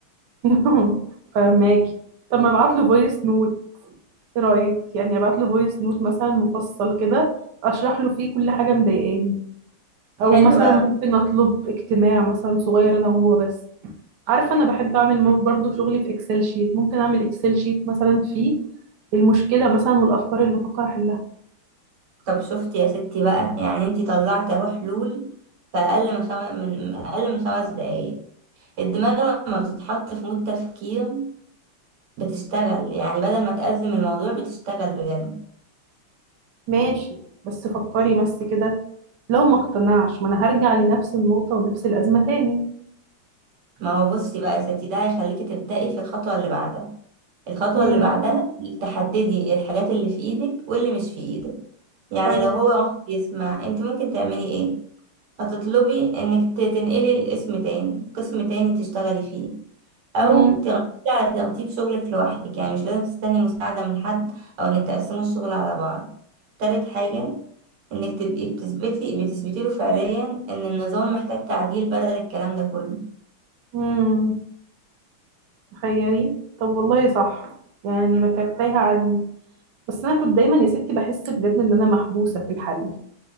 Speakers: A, on the right (about 65°); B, on the right (about 80°).
A: <laughs> فهماكي طب ما ابعت له فويس نوت ايه رايك يعني ابعت له فويس نوت مثلا مفصل كده اشرح له فيه كل حاجة مضايقاني او
B: حلو
A: مثلا
B: قوي
A: ممكن اطلب اجتماع مثلا صغير انا وهو بس عارفة أنا بحب أعمل مو- برضو شغلي في إكسل شيت ممكن أعمل إكسل شيت مثلا فيه المشكلة مثلا والأفكار اللي بفكر أحلها
B: طب شفتي يا ستي بقى يعني انتي طلعت اهو حلول في اقل من خم... من اقل من خمس دقايق الدماغ لما بتتحط في مود تفكير بتشتغل يعني بدل ما تأزم الموضوع بتشتغل بجد
A: ماشي بس فكري بس كده لو ما اقتنعش ما أنا هرجع لنفس النقطة ونفس الأزمة تاني
B: ما هو بصي بقى يا ستي ده هيخليكي تبدأي في الخطوة اللي بعدها الخطوة
A: امم
B: اللي بعدها انك تحددي الحاجات اللي في ايدك واللي مش في ايدك يعني
A: حلو
B: لو هو رفض يسمع انت ممكن تعملي ايه هتطلبي انك ت- تنقلي الاسم تاني قسم تاني تشتغلي فيه او
A: امم
B: تركزي على ترتيب شغلك لوحدك يعني مش لازم تستني مساعدة من حد او انك تقسموا الشغل على بعض تالت حاجة انك تبقي بتثبتي بتثبتي له فعليا ان النظام محتاج تعديل بدل الكلام ده كله
A: امم تخيلي طب والله صح يعني ما كانت تايهة عني بس أنا كنت دايما يا ستي بحس بجد إن أنا محبوسة في الحل